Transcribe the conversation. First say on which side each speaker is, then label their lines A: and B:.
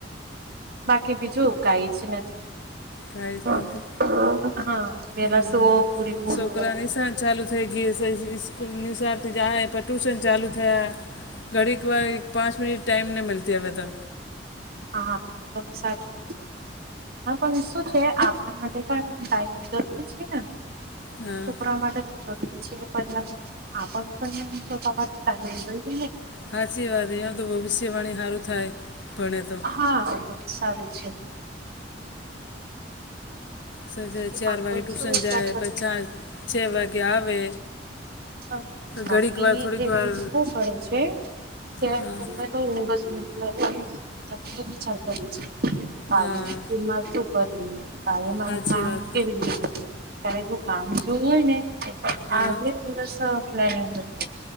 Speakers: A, on the right; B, on the left.
A: બાકી બીજું કાંઈ જ નથી.
B: કાંઈ
A: હાં
B: જ નથી
A: વહેલા
B: હા.
A: સૂવો પૂરી ઊંઘ
B: છોકરાની
A: લો
B: નિશાન ચાલુ થઈ ગયું છે, સ્કૂલ નિશાળથી જાહે, આ પણ ટ્યુશન ચાલુ. હે ઘડીક વાર એક-પાંચ મિનિટ ટાઈમ નહીં મળતી હવે તો.
A: હા, એ તમે સાચું કીધુ હા, પણ શું છે, આપણા માટે પણ તો જરૂરી છે ને?
B: હા
A: છોકરાઓ માટે તો જરૂરી છે, પણ આપણને <unintelligible>
B: હાચી વાત છે, તો ભવિષ્યવાણી હારું થાય, ભણે તો.
A: હા, એ તો સારું છે.
B: સાંજે
A: તો
B: ચાર
A: આપણ
B: વાગે ટ્યૂશન
A: શું વિચાર
B: જાય,
A: કરે
B: પછી
A: છે
B: છ વાગે આવે.
A: હા બાકી
B: ઘડીક વાર થોડીક
A: લેડીશ
B: વાર
A: એ શું કરે છે? કે
B: હા
A: એમને તો ઊંઘ જ <unintelligible> વિચાર કર્યો છે
B: હા
A: કે <inaudible> <inaudible> કાયમ.
B: સાચી
A: કામ
B: વાત
A: કેવી રીતે કરવું, ત્યારે જો કામ જોવું હોય ને આ
B: હા
A: આપણે દિવસનો પ્લાનિંગ હોય